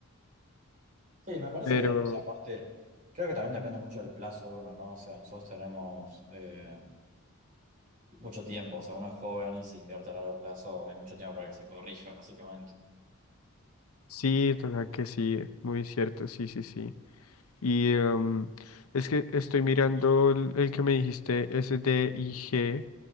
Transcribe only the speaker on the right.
Sí, me parece
bien. O sea, aparte, creo que también depende mucho del plazo de uno, ¿no? O sea, nosotros tenemos eh, mucho tiempo. O sea, uno es joven y si invierte a largo plazo hay mucho tiempo para que se corrija, básicamente.